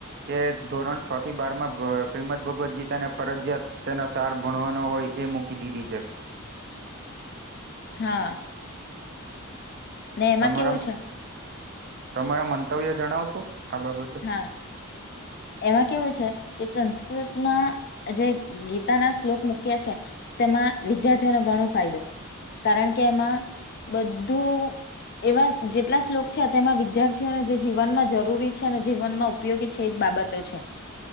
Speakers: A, on the right; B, on the left.
A: કે ધોરણ છ થી બાર માં શ્રીમદ ભગવદ્ ગીતાને ફરજયાત તેનો સાર ભણવાનો હોય એ મૂકી દીધી છે.
B: હા ને એમાં
A: તમારા
B: કેવું છે
A: તમારા મંતવ્ય જણાવશો આ બાબતે
B: હા એમાં કેવું છે કે સંસ્કૃતમાં જે ગીતા ના શ્લોક મૂક્યા છે. તેમાં વિદ્યાર્થીઓને ઘણો ફાયદો કારણ કે એમાં. બધું એવા જેટલા શ્લોક છે તેમાં વિદ્યાર્થીઓને જે જીવનમાં જરૂરી. છે ને જીવનમાં ઉપયોગી છે એ જ બાબતો છે.